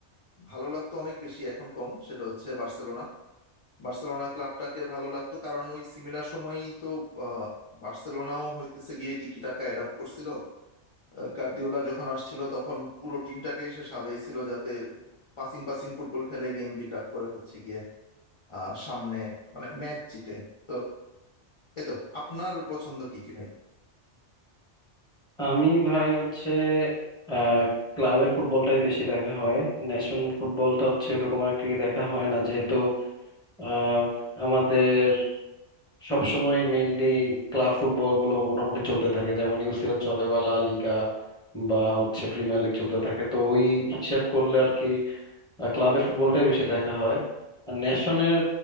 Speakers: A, on the left; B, in the centre.
A: ভালো লাগতো অনেক বেশি এখন কম সেটা হচ্ছে বার্সেলোনা বার্সেলোনা ক্লাবটাকে ভালো লাগতো কারণ ওই সিমিলার সময়ই তো আহ, বার্সেলোনাও হইতেছে গিয়ে টিকিটাকা অ্যাডাপ্ট করছিল আহ, গার্দিওলা যখন আসছিল তখন পুরো টিমটাকে এসে সাজাইছিল যাতে পাসিং পাসিং ফুটবল খেলে গেম বিল্ড আপ করে হচ্ছে গিয়ে আহ সামনে মানে ম্যাচ জিতে তো এই তো আপনার পছন্দ কি কি ভাই
B: আমি ভাই হচ্ছে আহ ক্লাবের ফুটবলটাই বেশি দেখা হয় ন্যাশন ফুটবলটা হচ্ছে এরকম আর কি দেখা হয় না যেহেতু আহ আমাদের সবসময় মেইনলি ক্লাব ফুটবল গুলো মোটামুটি চলতে থাকে যেমন ইউসিএল চলে বা লা লিগা বা হচ্ছে প্রিমিয়ার লিগ চলতে থাকে তো ওই হিসেব করলে আর কি আর ক্লাবের ফুটবলটাই বেশি দেখা হয় আর ন্যাশনাল